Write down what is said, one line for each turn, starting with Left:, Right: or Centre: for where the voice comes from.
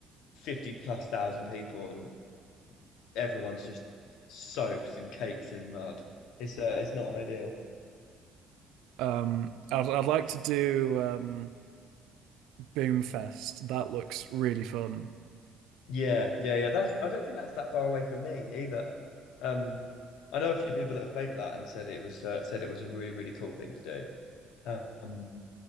Left: fifty plus thousand people and everyone's just soaked and caked in mud. It's uh, it's not ideal.
Right: Um, I'd, I'd like to do um, Boomfest. That looks really fun.
Left: Yeah, yeah, yeah. That's I don't think that's that far away from me either. Um, I know a few people that have played at that and said it was uh, said it was a really really cool thing to do. Um,